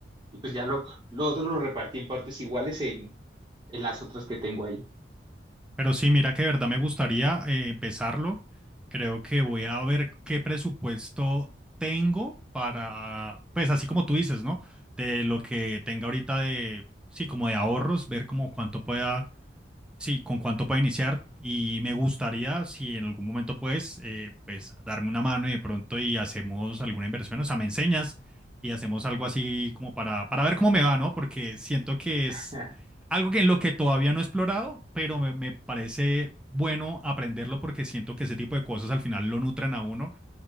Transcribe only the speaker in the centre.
Pero sí, mira que de verdad me gustaría eh, empezarlo. Creo que voy a ver qué presupuesto tengo para, pues así como tú dices, ¿no? De lo que tenga ahorita de, sí, como de ahorros, ver como cuánto pueda Sí, con cuánto para iniciar y me gustaría si en algún momento puedes, eh, pues darme una mano y de pronto y hacemos alguna inversión, o sea, me enseñas y hacemos algo así como para, para ver cómo me va, ¿no? Porque siento que es
algo que en lo que todavía no he explorado, pero me, me parece bueno aprenderlo porque siento que ese tipo de cosas al final lo nutren a uno